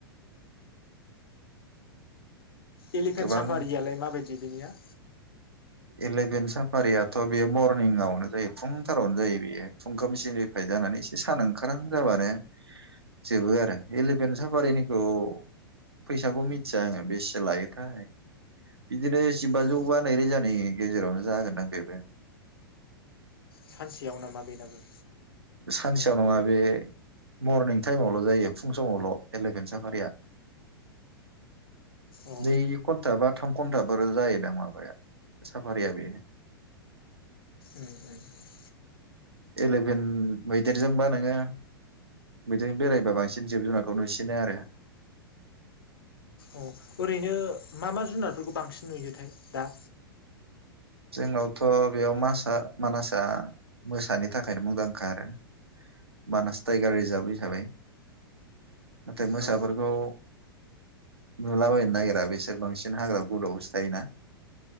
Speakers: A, on the left (about 70°); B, on the right (about 85°).
A: एलिफेन्ट
B: गोबां
A: साफारिया माबायदि? गेबिनिया
B: इलेभेन साफारियाथ' बेयो मरनिंआवनो जायो फुंथारावनो जायो बेयो फुंखामसिनिफ्राय जानानै एसे सान ओंखारां जाबानो जोबो आरो इलेभेन साफारिनिखौ फैसाखौ मिथिया आङो बेसे लायोथाय बिदिनो जिबाज
A: अ
B: जौ बा रोजा नि गेजेरावनो जागोन आं बेबो
A: सानसेयाव नामा बेनाबो
B: सानसेयाव नङा बे मरनिं टाइमावल' जायो फुं समावल' एलेभेेन साफारिया
A: अ
B: दै खथबा थाम घन्टाब जायोदां माबाया साफारिया बे
A: उम उमम
B: एले भेन मैदेरजोंबा नोङो मैदेरजों बेरायबा बांसिन जिब जुनारखौ नुसिनो आरो।
A: औ ओरैनो मा मा जुनारफोरखौ बांसिन नुयोथाय दा
B: जोंनावथ' बेयावासा मानसा मोसानि थाखायनो मुंदांखा आरो मानास टाइगार रिजार्भ हिसाबै नाथाय मोसाफोरखौ
A: औ
B: नुलाबायनो नागिरा बिसोर बांसिन हाग्रा गदआवो थायोना